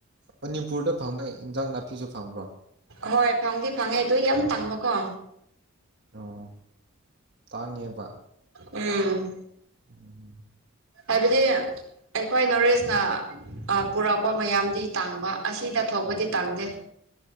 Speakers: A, on the right; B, on the right.
A: ꯃꯅꯤꯄꯨꯔꯗ ꯐꯪꯕ ꯏꯟꯖꯥꯡ ꯅꯥꯄꯤꯁꯨ ꯐꯪꯕ꯭ꯔꯣ
B: ꯍꯣꯏ ꯐꯪꯗꯤ ꯐꯪꯉꯦ ꯑꯗꯨ ꯌꯥꯝ ꯇꯥꯡꯕꯀꯣ
A: ꯑꯣ ꯇꯥꯡꯉꯦꯕ
B: ꯎꯝ
A: <unintelligible>
B: ꯍꯥꯏꯕꯗꯤ ꯑꯩꯈꯣꯏ ꯅꯣꯔꯏꯁꯅ ꯑ ꯄꯨꯔꯛꯄ ꯃꯌꯥꯝꯗꯤ ꯇꯥꯡꯕ ꯑꯁꯤꯗ ꯊꯣꯛꯄꯗꯤ ꯇꯥꯡꯗꯦ